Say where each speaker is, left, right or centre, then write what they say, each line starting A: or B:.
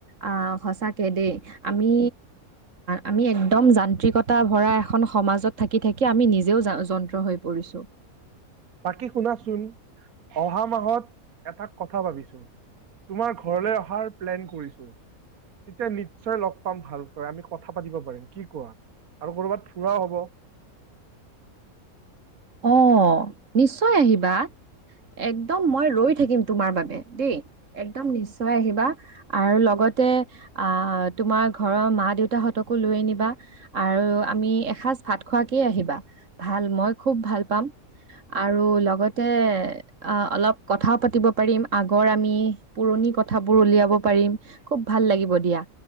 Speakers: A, on the right; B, on the right.
A: অ সচাকে দেই আমি আমি একদম। তা ভৰা এখন সমাজত থাকি থাকি আমি নিজেও যন্ত্ৰ হৈ পৰিছো।
B: বাকী শুনাচোন অহা মাহত এটা কথা ভাবিছো। তোমাৰ ঘৰলৈ অহাৰ প্লেন কৰিছো। তেতিয়া নিশ্চয় লগ পাম ভালকৈ আমি কথা পাতিব পাৰিম কি কোৱা। আৰু কৰবাত ফুৰাও হ'ব।
A: অ নিশ্চয় আহিবা। একদম মই ৰৈ থাকিম তোমাৰ বাবে দেই একদম নিশ্চয় আহিবা আৰু লগত। ইয়াতে আ তোমাৰ ঘৰৰ মা দেউতাহতকো লৈ আনিবা আৰু আমি এসা। এসাজ ভাত খোৱাকে আহিবা ভাল মই খুব ভাল পাম। আৰু লগতে অ অলপ কথাও পাতিব পাৰিম আগৰ আমি পুৰণি। নি কথাবোৰ উলিয়াব পাৰিম খুব ভাল লাগিব দিয়া